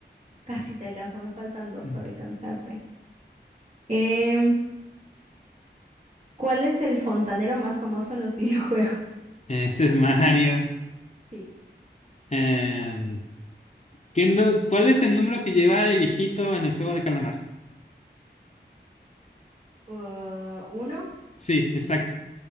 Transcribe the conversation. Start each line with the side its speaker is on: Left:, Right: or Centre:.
Right: Casi te alcanzó, me faltan dos
Left: mm,
Right: para alcanzarte. Em, ¿cuál es el fontanero más famoso en los <laughs> videojuegos?
Left: ese es Mario.
Right: Sí.
Left: Em, ¿qué no, cuál es el número que lleva el viejito en el juego de calamar?
Right: Uh, uno.
Left: Sí, exacto.